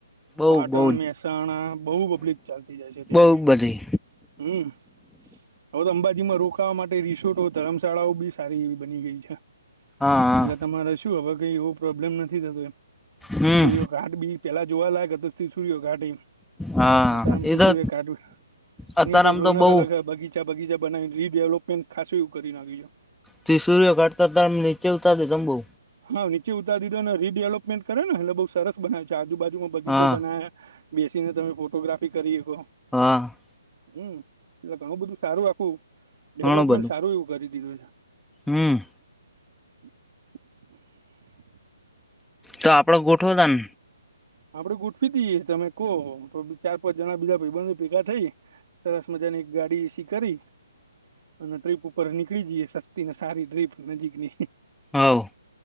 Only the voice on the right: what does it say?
પાટણ,
મહેસાણા બહુ પબ્લિક ચાલતી જાય છે ત્યાં
બી
હમ હવે તો અંબાજીમાં રોકાવા માટે રિસોર્ટો, ધર્મશાળાઓ બી સારી એવી બની ગઈ છે.
એટલે તમારે શું હવે કઈ એવો પ્રોબ્લેમ નથી થતો
એ <unintelligible> ઘાટ બી પેહલા જોવાલાયક, હતું ત્રિસુરીઓ ઘાટી.
અતારમ ત્રિસુરીઓ
ઘાટ
ની પણ
રોનક
અલગ હ બગી ચા બગીચા બનાવીન રીડેવલપમેન્ટ ખાસું એવું કરી નાખ્યું છ.
હવ, નીચે ઉતાર દીધો ન રીડેવલપમેન્ટ કર ન એટલે બઉ સરસ બનાયુ છે. આજુબાજુમાં બગીચો
બનાયા બેસીને તમે ફોટોગ્રાફી કરી હકો.
હમ, એટલે ઘણું બધું સારું આખું ડેવલપમેન્ટ
સારું એવું કરી દીધું છ.
<inaudible>
આપડે ગોઠવી દીએ. તમે કો તો ચાર-પાંચ જણા બીજા ભાઈબંધો ભેગા થઈ સરસ મજાની એક ગાડી એસી કરી અન ટ્રીપ ઉપર નીકળી જીએ, સસ્તી ને સારી ટ્રીપ નજીકની.